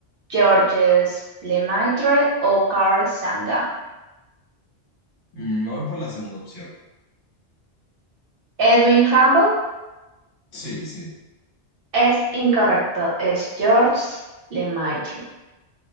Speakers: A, on the right (about 60°); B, on the left (about 55°).
A: Georges Lemaitre o Carl Sagan.
B: Mm, Me voy por la segunda opción.
A: Edwin Hubble
B: Sí, sí.
A: es incorrecto, es Georges Lemaitre.